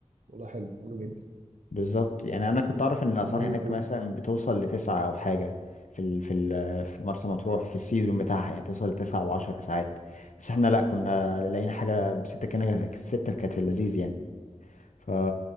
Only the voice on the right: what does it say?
والله حلو حلو جدا
ده رايق
قوي